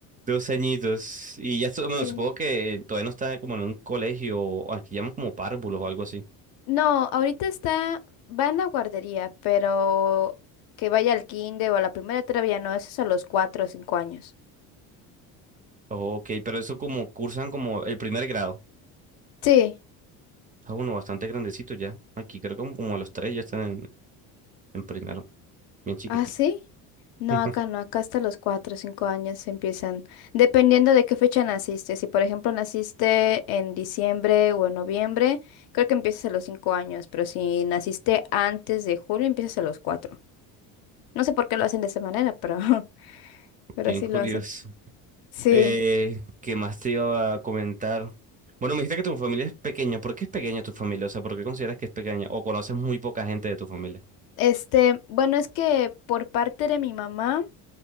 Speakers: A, on the right (about 20°); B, on the left (about 65°).
A: Dos añitos. Y ya, estu- bueno,
B: sí.
A: supongo que todavía no está como en un colegio, o aquí llaman como párvulos o algo así.
B: No, ahorita está, va en la guardería, pero que vaya al kinder o a la primera todavía no, eso es a los cuatro o cinco años.
A: Ok, pero eso como cursan como el primer grado.
B: Sí.
A: Ah, bueno, bastante grandecito ya. Aquí creo que como, como a los tres ya están en, en primero, bien chiquitico.
B: ¿Ah, sí? No,
A: <laughs>
B: acá no, acá hasta los cuatro o cinco años empiezan, dependiendo de qué fecha naciste. Si, por ejemplo, naciste en diciembre o en noviembre, creo que empiezas a los cinco años, pero si naciste antes de julio, empiezas a los cuatro. No sé por qué lo hacen de esa manera, pero, <laughs> pero
A: Bien
B: sí
A: curioso.
B: lo hacen. Sí.
A: Eh, ¿qué más te iba a comentar? Bueno, me dijiste que tu familia es pequeña. ¿Por qué es pequeña tu familia? O sea, ¿por qué consideras que es pequeña? ¿O conoces muy poca gente de tu familia?
B: Este, bueno, es que por parte de mi mamá,